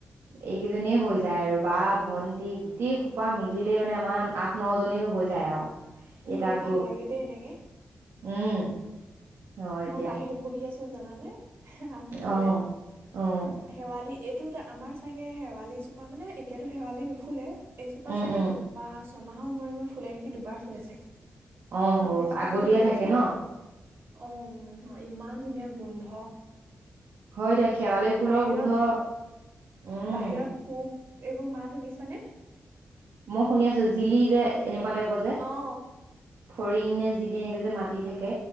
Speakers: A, on the right (about 85°); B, on the right (about 70°).
A: এইকেইজনীয়ে হৈ যায় আৰু বা, ভন্টি গোটেই খোপা মিলিলে মানে আমাৰ আঠ, ন জনী হৈ যায় আৰু।
B: উ,
A: এটা
B: বহুত
A: গ্ৰুপ
B: ভাল লাগে দেই এনেকে।
A: উম। হয়
B: মই বাহিৰত বহি আছোঁ জানানে! আগফালে
A: অঁ' অঁ'।
B: শেৱালি এইটো এটা আমাৰ চাগে শেৱালি জোপা মানে এতিয়াতো শেৱালি নুফুলে। এজোপা
A: উম
B: চাগে
A: উম
B: দুবাৰ ছমাহৰ মূৰে মূৰে ফুলে নেকি দুবাৰ ফুলে চাগে।
A: অ
B: শেৱালি
A: হ'ব
B: জোপা
A: আগতীয়া
B: ফুলি
A: থাকে
B: আছে।
A: ন
B: অ' ইমান ধুনীয়া গোন্ধ!
A: হয় দিয়া শেৱালি ফুলৰ
B: বাহিৰত
A: গোন্ধ উম'।
B: বাহিৰত পোক, এইবোৰ মাত শুনিছানে?
A: মই শুনি আছোঁ, জিলি যে এনেকুৱা টাইপৰ যে
B: অ
A: ফলিং নে জিলি এনেকে যে মাতি থাকে।